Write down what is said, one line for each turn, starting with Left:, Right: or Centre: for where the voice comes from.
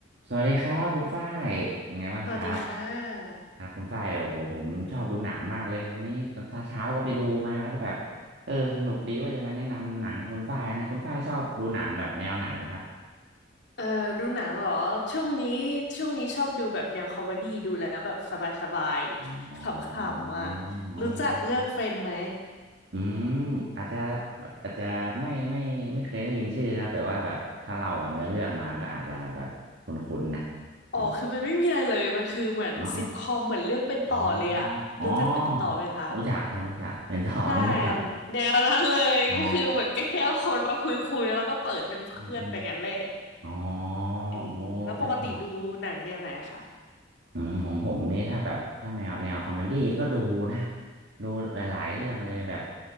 Right: สวัสดีครับคุณฝ้ายยังไงบ้างครับ
Left: สวัสดีค่ะ
Right: ครับคุณฝ้ายเดี๋ยวโหผมชอบดูหนังมากเลยวันนี้ตอนเช้าก็ไปดูมาแล้วก็แบบเออสนุกดีว่าจะมาแนะนำหนังให้คุณฝ้ายนะคุณฝ้ายชอบดูหนังแบบแนวไหนไหมครับ
Left: เอ่อดูหนังเหรอ ช่วงนี้ช่วงนี้ชอบดูแบบแนวคอมเมดี้ดูแล้วแบบสบายๆขำๆอ่ะ
Right: อ๋ออ๋ออออ๋อ
Left: รู้จักเรื่องเฟรนด์ไหม
Right: อืมอาจจะอาจจะไม่ไม่ไม่เคยได้ยินชื่อครับแต่ว่าแบบถ้าเราแบบเนื้อเรื่องมาก็อาจจะแบบคุ้นๆนะเออ
Left: อ๋อคือมันไม่มีอะไรเลยมันคือเหมือนซิทคอมเหมือนเรื่องเป็นต่อเลยอ่ะรู้จักเป็นต่อไหมคะ
Right: อ๋ออ๋ออ๋อรู้จักครับรู้จักเป็น <laughs> ต่อนี่รู้จัก
Left: ใช่แนวนั้นเลยก็คือเหมือนก็แค่เอาคนมาคุยๆแล้วก็เปิดเป็นเพื่อนไปงั้นแหละ
Right: อ๋อ อืมอืมอ๋อ
Left: เออแล้วปกติดูหนังแนวไหนอะคะ
Right: โอ้เป็นต่อ อืมของผมนี่ถ้าแบบถ้าแมวแนวคอมเมดี้ก็ดูนะดูหลายๆเรื่องเลยแบบ